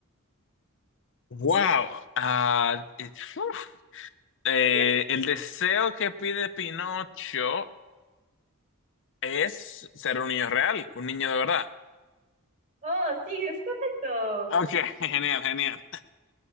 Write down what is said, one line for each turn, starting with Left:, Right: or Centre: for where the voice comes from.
Left: wow. Ah, eh, uf. Eh,
Right: <laughs>
Left: el deseo que pide Pinocho es ser un niño real, un niño de verdad.
Right: Oh, sí, es correcto.
Left: Ok, <laughs>
Right: Oh.
Left: genial, genial.